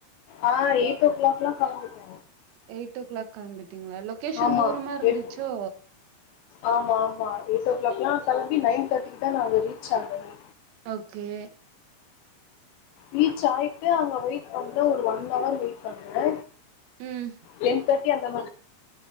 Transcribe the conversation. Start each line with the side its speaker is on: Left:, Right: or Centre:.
Left: ஆ எயிட் ஓ கிளாக்லா கிளம்பிட்டேன்
Right: எயிட் ஓ கிளாக் கிம்பிட்டீங்களா லொகேஷன்
Left: ஆமா
Right: தூரமா இருந்துச்சோ
Left: எட் ஆமா ஆமா எயிட் ஓ கிளாக்லா கிளம்பி நைன் தேர்ட்டிக்கு தா நா அங்க ரீச் ஆநேனே
Right: ஓக்கே
Left: ரீச் ஆயிட்டு அங்க வெயிட் பண்ற ஒரு ஒன் ஹவுர் வெயிட் பண்ண
Right: ம்
Left: டென் தேர்ட் கி அந்த மாரி